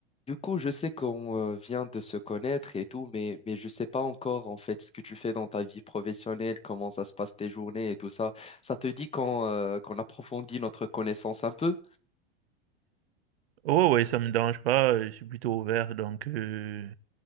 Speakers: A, on the left; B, on the right.
A: Du coup, je sais qu'on euh, vient de se connaître et tout, mais, mais je sais pas encore en fait ce que tu fais dans ta vie professionnelle, comment ça se passe tes journées et tout ça. Ça te dit qu'on euh, qu'on approfondit notre connaissance un peu?
B: Oh, ouais, ça me dérange pas, euh, je suis plutôt ouvert, donc... Euh,